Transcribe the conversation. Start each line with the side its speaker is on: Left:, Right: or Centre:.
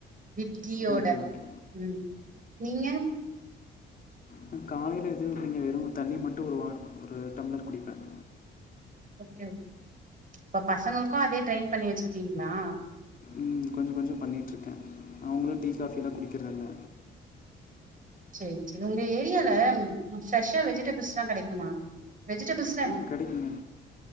Right: வித் கீயோட
Left: ஓகே ஓகே
Right: ம் நீங்க
Left: நா காலைல எதுவு இல்லைங்க வெறு தண்ணி மட்டும் ஒரு வா ஒரு டம்ளர் குடிப்பன்
Right: ஓகே இப்ப பசங்களுக்கு அதே ட்ரெயின் பண்ணி வச்சிருக்கீங்ளா
Left: ம் கொஞ்சோ கொஞ்சோ பண்ணிட்ருக்கேன் அவுங்களும் டீ காஃபியிலா குடிக்கறதில்ல
Right: சேர் செரி உங்க ஏரியால ஃப்ரெஷ்ஷா வெஜிடேபிள்ஸ்லா கெடைக்குமா வெஜிடபில்ஸ்
Left: ஆ கடைக்குங்க